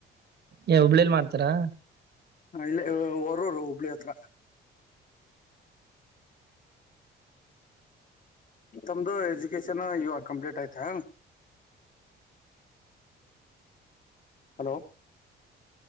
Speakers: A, on the right; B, on the left.
A: ಏ ಹುಬ್ಬಳ್ಳಿಯಲ್ಲಿ ಮಾಡ್ತಾರಾ
B: ಹ ಇಲ್ಲ ಹೊರೂರು ಹುಬ್ಬಳ್ಳಿ ಹತ್ರ ತಮ್ದು ಎಜುಕೇಶನ್ ಇವಾಗ ಕಂಪ್ಲೀಟ್ ಆಯ್ತಾ ಹಲೋ